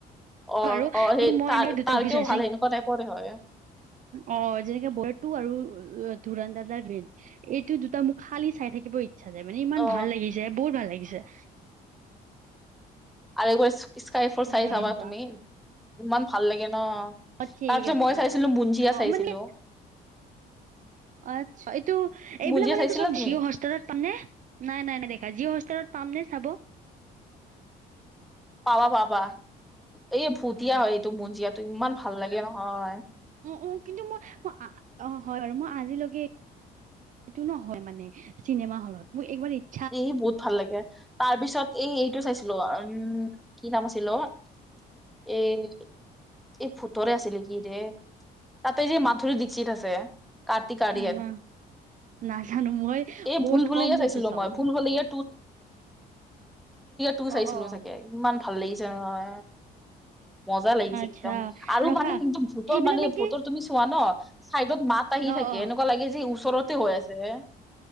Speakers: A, in the centre; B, on the right.
A: অ
B: বাৰু কিন্তু
A: সেই
B: মই
A: তাৰ
B: এনে দুটা মুভি
A: তেওঁ
B: চাইছো
A: ভাল কেনেকুৱা টাইপৰে হয়।
B: অ যেনেকে বোলেটটো আৰু ধুৰনদাদাৰ গ্ৰীণ এইটো দুটা মোক - খালি চাই থাকিব ইচ্ছা যায়, মানে ইমান
A: অ
B: ভাল লাগিছে বহুত ভাল লাগিছে।
A: আৰু একবাৰ স্কাই ফ'ৰ্চ
B: উম
A: চাই
B: হয়
A: চাবা
B: এনেকুৱা
A: তুমি ইমান ভাল লাগে ন!
B: অ
A: তাৰ
B: ঠিক
A: পিছত
B: আছে
A: মই চাইছিলো বুনঞ্জীয়া
B: অ
A: চাইছিলোঁ।
B: মানে আচ্ছা এইটো এইবিলাক
A: বুঞ্জিয়া
B: মানে
A: চাইছিলা
B: কিছুমান
A: তুমি
B: ভিউ - হস্তষ্টাৰত পাম নে? নাই নাই দেখা যিঅ'হতস্ত ষ্টাৰট পাম নে চাব?
A: পাবা পাবা, এই ভুটিয়া
B: অ'
A: হয় এইটো বুনঞ্জিয়াটো ইমান ভাল লাগে নহয়!
B: উ উ, কিন্তু মই ম‌ অ অ অ হয় বাৰু, মই আজিলৈকে এইটো নহয় মানে চিনেমা হলত মোৰ একবাৰ -
A: এই বহুত ভাল লাগে, তাৰ পিছত এইটো চাইছিলো উম কি নাম আছিলো অ-' এ- এই ভূতৰে আছিলে নেকি দে, তাতে সেই মাধুৰী দীক্ষিত আছে। কাৰ্তিক‌অৰিয়ন
B: অ' নাজানো মই
A: এই
B: বহুত
A: ভুল ভুলায়া
B: কম মুভি
A: চাইছিলো
B: চাওঁ।
A: মই। ভূল ভূলায়া তো চাইছিলো
B: অ' অ'
A: চাগে ইমান ভাল লাগিছে নহয়! মজা লাগিছে
B: আচ্ছা
A: একদম আৰু
B: ৰখা
A: মানে একদম ভূতৰ
B: এইবিলাক
A: মানে
B: নেকি
A: ভূতৰ তুমি চোৱা ন! চাইডত মাত আহি
B: অ'
A: থাকে,
B: অ'
A: এনেকুৱা লাগে যে ওচৰতে হৈ আছে।